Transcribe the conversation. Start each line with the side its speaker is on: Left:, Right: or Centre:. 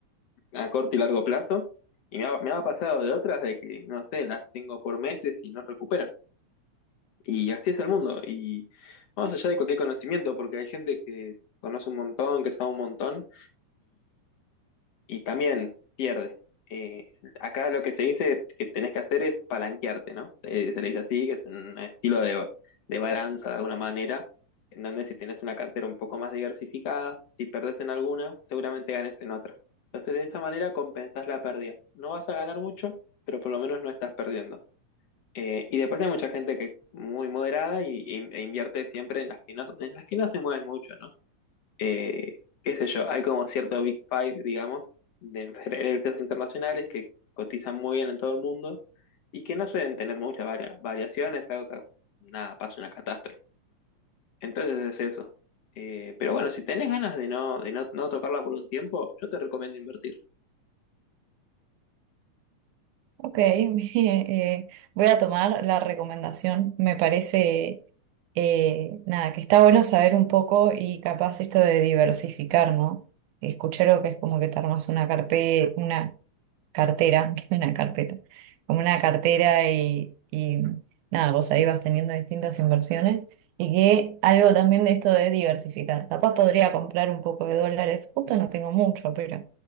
Left: a corto y largo plazo, y me ha, me ha pasado de otras de que, no sé, las tengo por meses y no recuperan. Y así es el mundo. Y más allá de cualquier conocimiento, porque hay gente que conoce un montón, que sabe un montón, y también pierde. Eh, acá lo que se dice que tenés que hacer es palanquearte, ¿no? Eh, se le dice así, que es un estilo de, de balanza de alguna manera, en donde si tenés una cartera un poco más diversificada, si perdés en alguna, seguramente ganes en otra. Entonces, de esta manera compensás la pérdida. No vas a ganar mucho, pero por lo menos no estás perdiendo. Eh, y después hay mucha gente que es muy moderada y, y- e invierte siempre en las que no, en las que no se mueven mucho, ¿no? eh, qué sé yo, hay como cierto Big Five, digamos, de <laughs> empre- de empresas internacionales que cotizan muy bien en todo el mundo y que no suelen tener muchas varia- variaciones, algo que nada, pasa una catástrofe. Entonces es eso. Eh, pero bueno, si tenés ganas de no, de no, no tocarla por un tiempo, yo te recomiendo invertir.
Right: Ok, <laughs> eh, voy a tomar la recomendación. Me parece, eh, nada, que está bueno saber un poco y capaz esto de diversificar, ¿no? Escuché lo que es como que te armas una carpeta, cartera, <laughs> que es una carpeta, como una cartera y, y nada, vos ahí vas teniendo distintas inversiones y que algo también de esto de diversificar. Capaz podría comprar un poco de dólares, justo no tengo mucho, pero